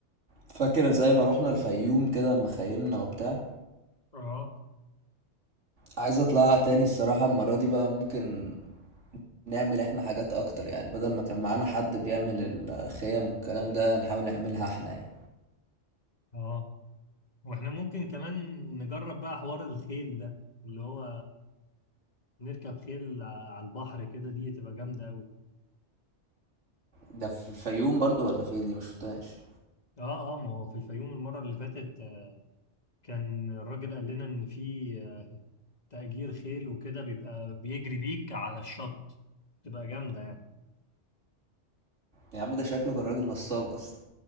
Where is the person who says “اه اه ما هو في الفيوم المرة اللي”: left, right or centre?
Left